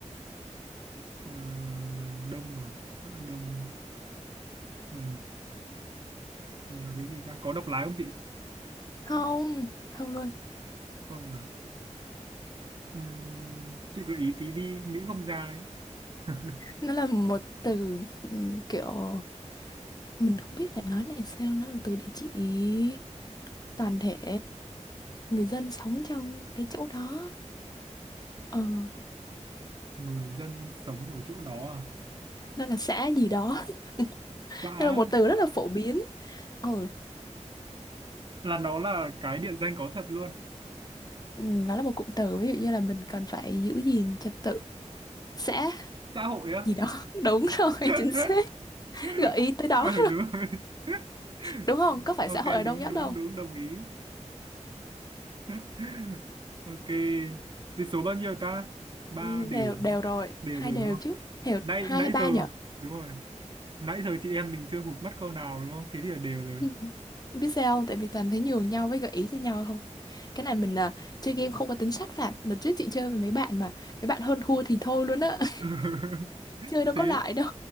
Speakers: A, on the right; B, on the left.
A: Ờ, đông à? Xã đông Ờ, là cái gì ta? Có độc lái không chị?
B: Không, không luôn.
A: Không à? Ừm, chị gợi ý tí đi, nghĩ không ra ấy. <laughs>
B: Nó là một từ ừ, kiểu... Mình không biết phải nói này sao. Nó là từ để chỉ toàn thể người dân sống trong cái chỗ đó. Ừ,
A: Người dân sống ở chỗ đó à?
B: nó là xã gì đó. <laughs>
A: Xã
B: Nó là một từ rất là phổ biến. Ừ,
A: là nó là cái địa danh có thật luôn.
B: nó là một cụm từ. Ví dụ như là mình cần phải giữ gìn trật tự xã
A: Xã hội á.
B: gì đó <laughs> đúng rồi
A: <laughs>
B: chính xác
A: <laughs>
B: gợi ý tới đó
A: ừ đúng rồi <laughs>
B: đúng không có phải
A: ok
B: xã hội là đông
A: đúng
B: nhất
A: đúng
B: đâu
A: đúng đồng ý <laughs> ok thì số bao nhiêu ta ba
B: Ừ,
A: đều
B: đều đều
A: đúng không
B: rồi
A: đều
B: hai
A: rồi
B: đều
A: đúng không
B: chứ hiểu
A: nãy
B: hai
A: nãy
B: hay ba
A: giờ
B: nhở <laughs>
A: đúng rồi nãy giờ chị em mình chưa hụt mất câu nào đúng không thế thì là đều rồi
B: Ừ. biết sao không tại vì toàn thấy nhường nhau với gợi ý cho nhau không cái này mình à, chơi game không có tính sát phạt đợt trước chị chơi với mấy bạn mà mấy bạn hơn thua thì thôi luôn á
A: <laughs>
B: <laughs> chơi đâu
A: thế
B: có lại đâu